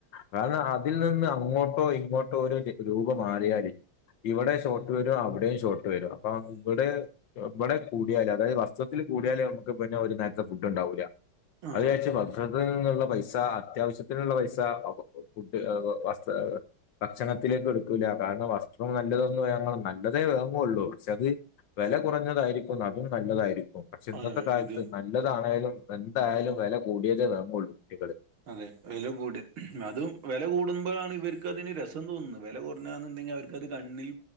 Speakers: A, on the left; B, on the right.
A: കാരണം അതിൽ നിന്ന് അങ്ങോട്ടോ ഇങ്ങോട്ടോ രൂപമാറിയാല് ഇവിടെ ഷോർട്ട് വരും അവിടെയും ഷോർട്ട് വരും അപ്പൊ
B: അതെ അതെ
A: വടെ വടെ കൂടിയാൽ അതായത് വസ്ത്രത്തിൽ കൂടിയാല് നമുക്ക് പിന്നെ ഒരു നേരത്തെ ഫുഡ് ഉണ്ടാവൂല്ല
B: ആ
A: അത് ജാർച്ച <unintelligible> ള്ള പൈസ അത്യാവശ്യത്തിനുള്ള പൈസ ഫുഡ് വസ് ഭക്ഷണത്തിലേക്ക് എടുക്കൂല്ല കാരണം വസ്ത്രം നല്ലതൊന്നും ഞങ്ങൾ നല്ലതേ ങ്ങോള്ളൂ ക്ഷെ അത് വെല കുറഞ്ഞതായിരിക്കും അതും നല്ലതായിരിക്കും പക്ഷെ ഇന്നത്തെ
B: അതെ
A: കാലത്ത്
B: ഇത്
A: നല്ലതാണേലും എന്തായാലും വെല കൂടിയതേ വാങ്ങൊള്ളൂ ഇങ്ങൾ
B: അതെ വെല കൂടി അതും വെല കൂടുമ്പോഴാണ് ഇവർക്കതിന് രസം തോന്നുന്നത് വില കുറഞ്ഞ ന്ന് ഞ വർക്കത് കണ്ണിൽ